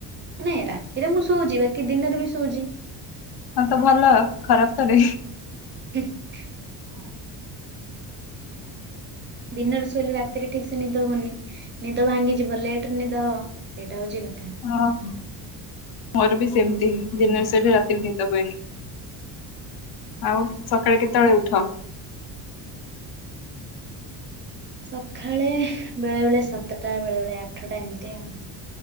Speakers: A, on the right; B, on the left.
A: ନାଇଁ ରାତିରେ ମୁଁ ଶୋଉଛି ବାକି ଦିନରେବି ଶୋଉଚି।
B: ହଁତ ଭଲ ଖରାପତ ନୁହେଁ।
A: <unintelligible> ଉୁଁ। ଦିନରେ ଶୋଇଲେ ରାତିରେ ଠିକସେ ନିଦ ହବନି ନିଦ ଭାଙ୍ଗିଯିବ ଲେଟରେ ନିଦହବ। ସେଇଟା ହଉଚି କଥା।
B: ହଁ ହଁ ମୋରବି ସେମତି
A: ହୁଁ
B: ଦିନରେ
A: ହୁଁ।
B: ଶୋଇଲେ ରାତିରେ ନିଦ ହୁଏନି। ଆଉ ସକାଳେ କେତେବେଳେ ଉଠ?
A: ସକାଳେ ବେଳେବେଳେ ସାତଟା ବେଳେବେଳେ ଆଠଟା ଏମିତି ଆଉ